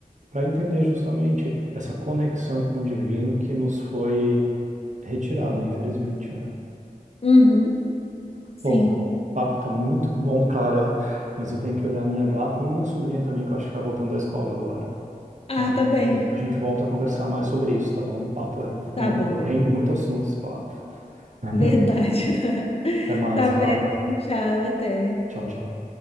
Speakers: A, on the right (about 55°); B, on the left (about 45°).
A: para entender justamente essa conexão com o divino que nos foi retirada, infelizmente, né?
B: Uhum, Sim.
A: Bom, o papo tá muito bom, cara, mas eu tenho que olhar a minha gata e minha sobrinha também, que eu acho que tá voltando da escola agora.
B: Ah,
A: Aí
B: tá bem.
A: a gente volta a conversar mais sobre isso, tá bom? O papo é,
B: Tá
A: é muito,
B: bom.
A: rende muito assunto esse papo. <laughs>
B: Verdade. <laughs>
A: Até mais,
B: Tá bem.
A: Clara.
B: Tchau, até.
A: Tchau, tchau.